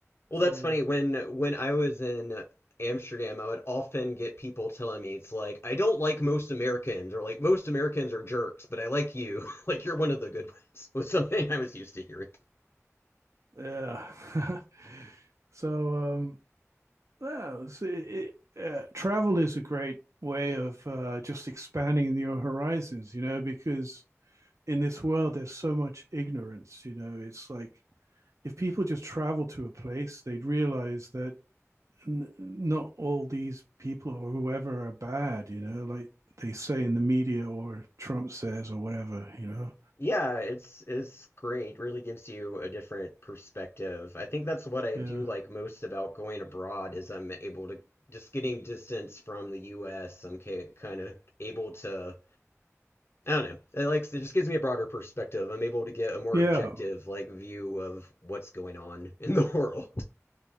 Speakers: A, on the left; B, on the right.
A: Well,
B: So,
A: that's funny. When when I was in Amsterdam, I would often get people telling me it's like, I don't like most Americans, or like most Americans are jerks, but I like you. <laughs> Like you're one of the good ones, <laughs> was something I was used to hearing.
B: yeah. <laughs> so, um, well, it's- it, uh, travel is a great way of uh, just expanding your horizons, you know, because in this world there's so much ignorance you know it's like if people just travel to a place they'd realize that n- not all these people or whoever are bad you know like they say in the media or trump says or whatever you know
A: Yeah, it's it's great. Really gives you a different perspective. I think that's what I
B: yeah
A: do like most about going abroad is I'm able to just getting distance from the US. I'm ca- kind of able to I don't know. It, like, it just gives me a broader perspective. I'm able to get a more
B: yeah
A: objective, like, view of what's going on in the world.